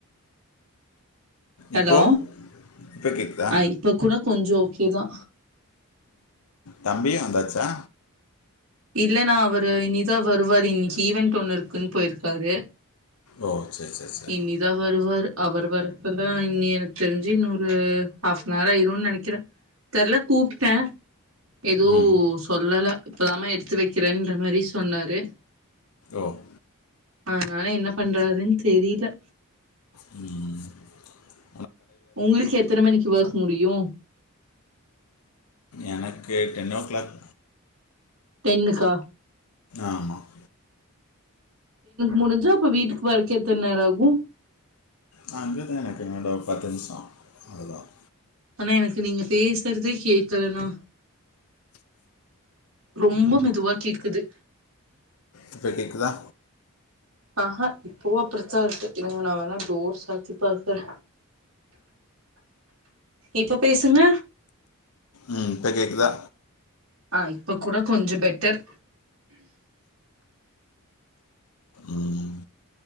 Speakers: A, on the right; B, on the left.
A: ஹலோ
B: இப்போ இப்போ கேட்குதா
A: அஹ் இப்ப கூட கொஞ்சம் ஓகே தா
B: தம்பி வந்தாச்சா
A: இல்லன்னா அவரு இனிதா வருவாரு இன்னக்கி ஈவண்ட் ஒன்னு இருக்குன்னு போயிருக்காரு
B: ஓ சரி சரி சரி
A: இனிதா வருவாரு அவர் வரக்கெல்லாம் இன்ன எனக்கு தெரிஞ்சு இன்னொரு ஹாப் அனர் ஆயிரும்னு நினைக்கிறேன் தெரில கூப்பிட்டேன் ஏதோ
B: ம்
A: சொல்லலை இப்பதாம எடுத்து வைக்கிறேன்ற மாதிரி சொன்னாரு
B: ஓ <inaudible>
A: ஆஹ் அதுனால என்ன பண்றாரூனு தெரியல
B: உம் <inaudible>
A: உங்களுக்கு எத்தனை மணிக்கு ஒர்க் மு முடியும்
B: எனக்கு டென் ஓ க்ளாக்
A: டென்னுக்கா
B: ஆமா <inaudible>
A: முடிஞ்சா அப்ப வீட்டுக்கு வர எத்தனநேரம் ஆகும்
B: அ அஞப தனக்கங்கட பத் <unintelligible> த நிசம் அழுதான்
A: அண்ணே எனக்கு நீங்க பேச றதே கேக்கலண்ணா. ரொம்ப மெதுவா கேக்குது.
B: இப்ப கேக்குதா?
A: ஆஹா இப்பவு அப்படித்தா இருக்கு. இருங்க நா வேண்ணா டோர் சாத்தி பாக்குறே. இப்ப பேசுங்க.
B: ம் இப்ப கேக்குதா?
A: ஆ இப்ப கூட கொஞ்சம் பெட்டர்.
B: ம்